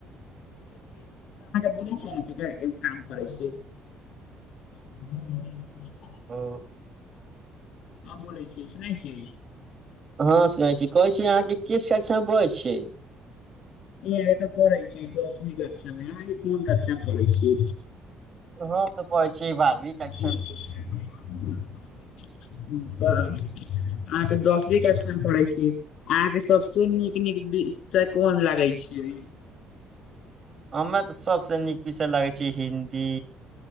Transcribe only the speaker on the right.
ओ।
हँ, सुनै छिये कहै छी अहाँजे किस कक्षामे पढ़ छिये?
हम तऽ पढ़ै छी बारहवीं कक्षा
मे
हमरा तऽ सभसै नीक विषय लागैत छै हिन्दी।